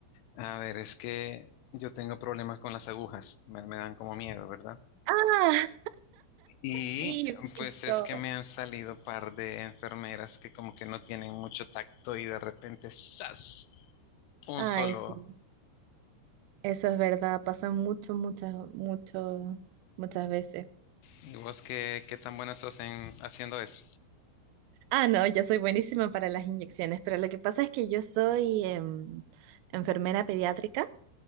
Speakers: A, on the left (about 80°); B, on the right (about 85°).
A: A ver, es que yo tengo problemas con las agujas, me, me dan como miedo, ¿verdad?
B: Ah,
A: Y
B: típico.
A: pues es que me han salido par de enfermeras que como que no tienen mucho tacto y de repente ¡zas! Un
B: Ay,
A: solo.
B: sí, eso es verdad, pasa mucho, muchas, mucho, muchas veces.
A: ¿Y vos qué, qué tan buenas sos en haciendo eso?
B: Ah, no, yo soy buenísima para las inyecciones, pero lo que pasa es que yo soy em, enfermera pediátrica,